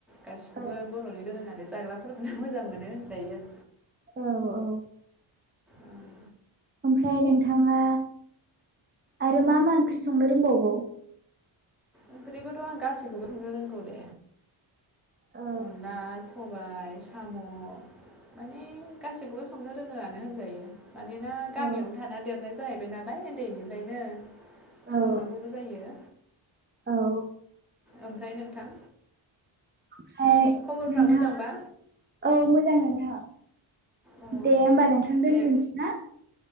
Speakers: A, in the centre; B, on the right.
A: गासिखौबो
B: औ
A: बर'नि दोरोङारि जाग्राफोरखौनो मोजां मोनो होनजायो।
B: औ औ
A: ओं
B: ओमफाय नोंथाङा आरो
A: औ
B: मा मा ओंख्रि संनो रोंबावगौ
A: ओंख्रिखौथ' आं गासिखौबो संनो रोंगौ दे
B: औ
A: अनला स बाइ साम' माने गासिखौबो संनो रोङोआनो होनजायो। मानोना गामियावनो
B: औ
A: थाना देरनाय जाहैबाय नालाय ओन्दैनिफ्रायनो
B: औ
A: संनांगौबो जायो
B: औ
A: ओमफ्राय नोंथां
B: ओमफाय
A: खबरफ्रा
B: नोंथाङा
A: मोजांबा
B: औ मोजां नोंथां
A: औ
B: दे
A: औ
B: होमबा नोंथां दोनथ'सै
A: दे
B: ना